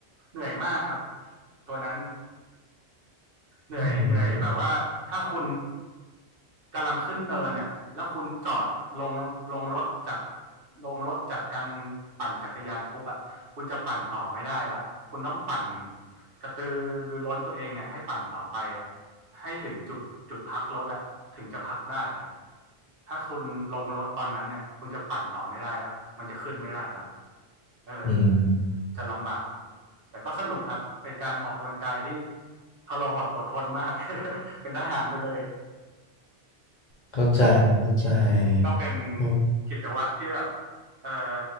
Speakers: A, on the right; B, on the left.
A: เหนื่อยมากครับตัวนั้น เหนื่อยเหนื่อยแบบว่าถ้าคุณ
B: อืม
A: กำลังขึ้นเนินอ่ะแล้วคุณจอดลงลงรถจากลงรถจากการปั่นจักรยานปุ๊บอ่ะคุณจะปั่นต่อไม่ได้ละคุณต้องปั่นกระตือรือร้นตัวเองไงให้ปั่นต่อไปอ่ะให้ถึงจุดจุดพักรถอ่ะถึงจะพักได้อ่ะถ้าคุณลงรถตอนนั้นเนี่ยคุณจะปั่นต่อไม่ได้ละมันจะขึ้นไม่ได้ละ เออ
B: อืม
A: จะลำบากแต่ก็สนุกครับเป็นการออกกำลังกายที่ทรหดอดทนมาก <laughs> เป็นทหารไปเลย
B: เข้าใจเข้าใจ
A: ก็เป็น
B: โอ้
A: กิจวัตรที่แบบเออ